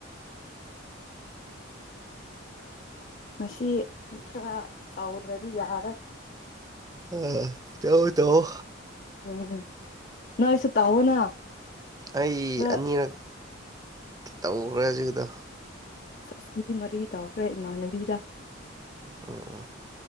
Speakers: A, on the left (about 45°); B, on the right (about 20°).
A: ꯃꯁꯤ ꯈꯔ ꯇꯧꯗ꯭ꯔꯗꯤ ꯌꯥꯔꯣꯏ
B: ꯎꯝ ꯇꯧꯑꯣ ꯇꯧꯑꯣ
A: ꯎꯝ ꯎꯝ ꯅꯣꯏꯁꯨ ꯇꯧꯑꯣꯅ
B: ꯑꯩ
A: ꯈꯔ
B: ꯑꯅꯤꯔꯛ ꯇꯧꯒ꯭ꯔꯦ ꯍꯧꯖꯤꯛꯀꯤꯗꯣ
A: <unintelligible> ꯃꯔꯤ ꯇꯧꯈ꯭ꯔꯦ ꯏꯃꯥꯟꯅꯕꯤꯗ
B: ꯎꯝ